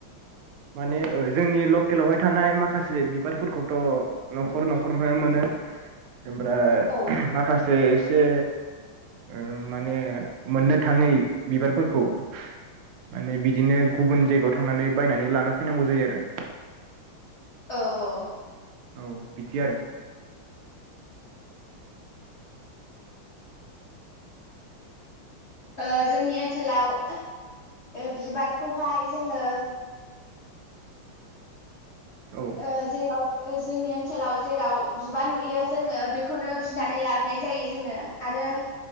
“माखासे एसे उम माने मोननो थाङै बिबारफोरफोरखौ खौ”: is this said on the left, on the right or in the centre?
Right